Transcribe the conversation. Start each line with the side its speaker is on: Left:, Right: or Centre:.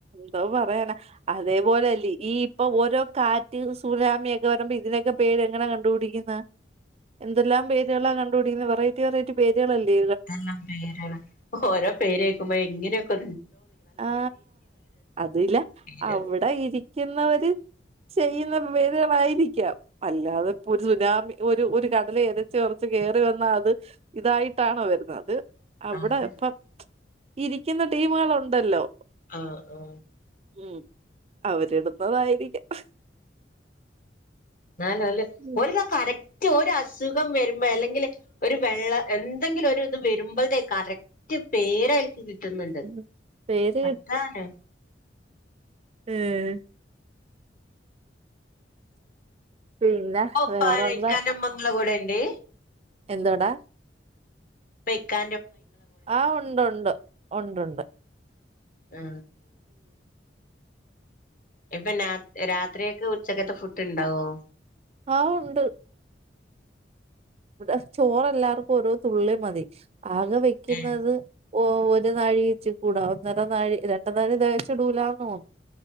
Right: സൗവ ണ്ട അതേപോലല്ലേ ഈ ഇപ്പൊ ഓരോ കാറ്റ് സുനാമിയൊക്കെ വരുമ്പോ ഇതിനൊക്കെ പേര് എങ്ങനാ കണ്ടു പിടിക്കുന്നത് എന്തെല്ലാം പേരുകളാ കണ്ടുപിടിക്കുന്ന വെറ തിയ റേറ്റ് പേരുകളല്ലേ
Left: ല്ല പേരുകള ഓരോ പേര് കേക്കുമ്പോ എങ്ങനെയൊക്കെ
Right: ആ അതില്ല
Left: പേരുകള്
Right: അവിടെ ഇരിക്കുന്നവര് ചെയ്യുന്ന പേരുകളായിരിക്കാം അല്ലാതെ ഇപ്പോ ഒരു സുനാമി ഒരു ഒരു കടല എരച്ച് പറച്ച് കയറി വന്ന അത് ഇതായിട്ടാണോ വരുന്നത് അവിടെ
Left: അതെ
Right: ഇപ്പൊ ഇരിക്കുന്ന ടീമുകളുണ്ട് ഉണ്ടല്ലോ
Left: ആ ആ
Right: ഉം അവരിടുന്നതായിരിക്കാം
Left: നല്ലല്ലേ
Right: ഉം
Left: <unintelligible> കറക്റ്റ് ഒരാ അസുഖം വരുമ്പോ അല്ലെങ്കിൽ ഒരു വെള്ള എന്തെങ്കിലും ഒരു ഇത് വരുമ്പോഴത്തെേ കറക്റ്റ് പേര കിട്ടുന്നുണ്ട്
Right: ഉം പേര്
Left: അതാണ്
Right: ഉം പിന്നെ
Left: ഓപ്പക്കാനമ്മങ്ങളെ
Right: വേറെന്താ
Left: കൂടെ ണ്ട്
Right: എന്തോടാ
Left: വെക്കാ
Right: ആ ഉണ്ട് ഉണ്ട് ഉണ്ട് ഉണ്ട്
Left: ആ ഇപ്പോ രാത്രിയൊക്കെ ഉച്ചക്കത്തെ ഫുഡ് ഉണ്ടാവോ
Right: ആ ഉണ്ട് ഇവിടെ എല്ലാർക്കും ഓരോ തുള്ളി മതി ആകെ വെക്കുന്നത്
Left: ഏഹ്
Right: ഓ ഒരു നാഴി വച്ച കൂടാ ഒന്നര നാഴി രണ്ട് നാഴി കച്ചിടുൂലാന്ന് തോന്നു